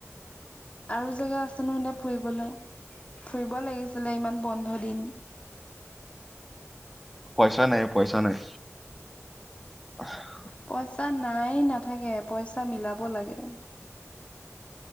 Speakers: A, on the left (about 25°); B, in the centre.
A: আৰু জেগা আ। চোনোহতে ফুৰিবলৈ ফুৰিব লাগিছিলে ইমান বন্ধ দিন।
B: পইচা নাই অহ পইচা নাই। <unintelligible>
A: পইচা নাই নাথাকে পইচা মিলাব লাগে।